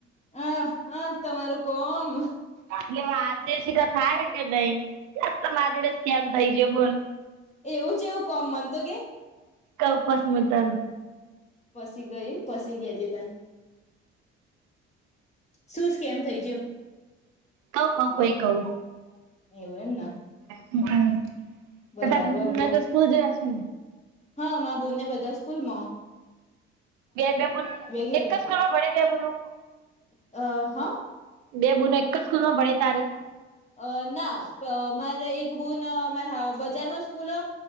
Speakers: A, on the left; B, on the right.
A: અંહ અંહ તમારુ કોમ.
B: એટલે આજે સિકાર થાય કે નઈ, જા તમારી જોડે સ્કેમ થઇ જે બોલ.
A: એવું ચેવું કોમ? મન તો કે.
B: કઉ પસી મ તન.
A: પસી ગઈમ. પસી ગેજે ત. સું સ્કેમ થઇ ગીયો?
B: કવ કવ ભઈ કઉ.
A: એવુ એમ ન.
B: હમ્મહ,
A: બરાબર
B: ત તો ઊંન
A: બોલ
B: સ્કૂલ જયા છે.
A: હા, મા બુન ને બધા સ્કૂલ માં.
B: બે બે બુન
A: ઘેર
B: એક જ સ્કૂલમાં ભણે બે બૂનું.
A: અ, હ.
B: બે બુનો એક જ સ્કૂલમાં ભણે તારે?
A: અ.. ના પઅ મારે એક બુન મારા હ બજારમાં સ્કૂલહ